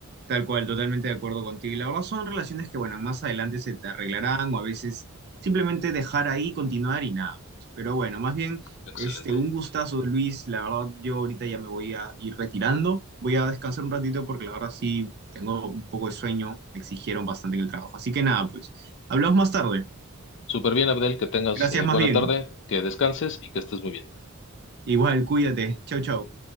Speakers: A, on the right (about 50°); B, on the left (about 60°).
A: tal cual, totalmente de acuerdo contigo. Y la verdad son relaciones que, bueno, más adelante se te arreglarán o a veces simplemente dejar ahí, continuar y nada. pues. Pero bueno, más bien,
B: Excelente.
A: este, un gustazo, Luis. La verdad, yo ahorita ya me voy a ir retirando. Voy a descansar un ratito porque la verdad sí tengo un poco de sueño. Me exigieron bastante en el trabajo. Así que nada, pues, hablamos más tarde.
B: Súper bien, Abdel, que tengas
A: Gracias
B: eh,
A: más
B: buena
A: bien.
B: tarde, que descanses y que estés muy bien.
A: Igual, cuídate. Chau, chau.